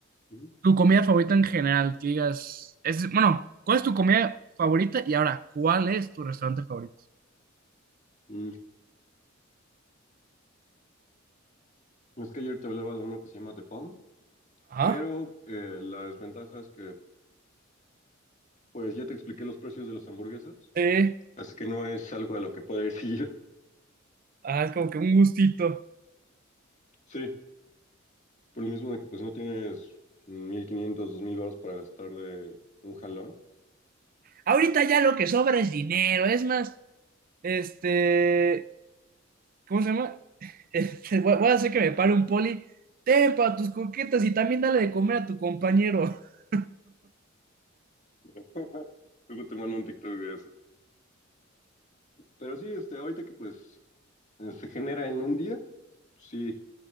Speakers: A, on the left; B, on the right.
A: ujú.
B: tu comida favorita en general, que digas, es, bueno, ¿cuál es tu comida favorita? Y ahora, ¿cuál es tu restaurante favorito?
A: Mm, es que ayer te hablaba de uno que se llama The Pound,
B: Ajá,
A: pero eh, la desventaja es que pues ya te expliqué los precios de las hamburguesas,
B: sí.
A: así que no es algo de lo que pueda decir yo. <laughs>
B: Ah, es como que un gustito.
A: Sí, Por lo mismo de que pues no tienes mil quinientos dos mil baros para gastar de un jalón.
B: Ahorita ya lo que sobra es dinero. Es más, este, ¿cómo se llama? <laughs> Este, voy voy a hacer que me pare un poli. Ten para tus coquetas y también dale de comer a tu compañero. <laughs>
A: <laughs> Luego te mando un TikTok de eso. Pero sí, este, ahorita que pues eh, se genera en un día, pues sí,